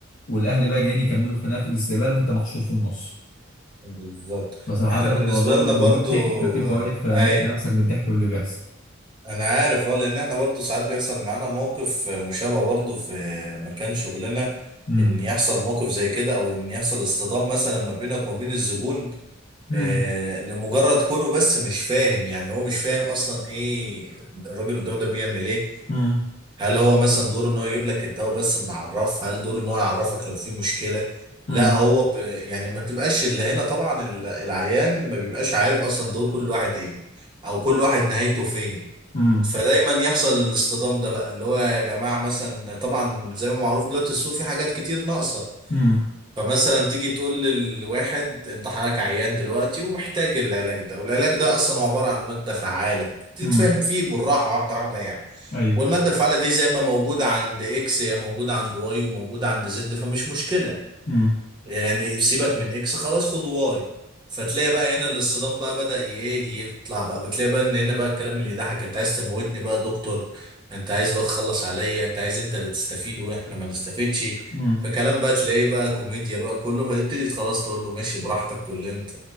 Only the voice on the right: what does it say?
بالظبط
إحنا بالنسبة
لنا
برضو
آه
أيوه
انا عارف اه لان احنا برضو ساعات بيحصل معانا موقف مشابه برضو في مكان شغلنا
ان يحصل موقف زي كده او ان يحصل اصطدام مثلا ما بينك وما بين الزبون
آه لمجرد كونه بس مش فاهم يعني هو مش فاهم اصلا ايه الراجل قدامه ده بيعمل ايه
هل هو مثلا دوره ان هو يجيب لك الدواء بس من عرف هل دوره ان هو يعرفك لو في مشكلة
لا هو ب... يعني ما تبقاش اللي هنا طبعا ال- العيان ما بيبقاش عارف اصلا دور كل واحد ايه او كل واحد نهايته فين
فدايما يحصل الاصطدام ده بقى اللي هو يا جماعة مثلا طبعا زي ما معروف دلوقتي السوق فيه حاجات كتير ناقصة
فمثلا تيجي تقول للواحد انت حضرتك عيان دلوقتي ومحتاج العلاج ده والعلاج ده اصلا هو عبارة عن مادة فعالة تتفهم
فيه بالراحة واحدة واحدة يعني
والمادة الفعالة دي زي ما موجودة عند اكس هي موجودة عند واي وموجودة عند زد فمش مشكلة
يعني سيبك من اكس خلاص خد واي فتلاقي بقى هنا الاصطدام بقى بدأ ايه يطلع بقى وتلاقي بقى ان هنا بقى الكلام اللي يضحك انت عايز تموتني بقى يا دكتور انت عايز بقى تخلص عليا انت عايز انت اللي تستفيد واحنا ما نستفيدش
فكلام بقى تلاقيه بقى كوميديا بقى كله فتبتدي خلاص تقول له ماشي براحتك واللي انت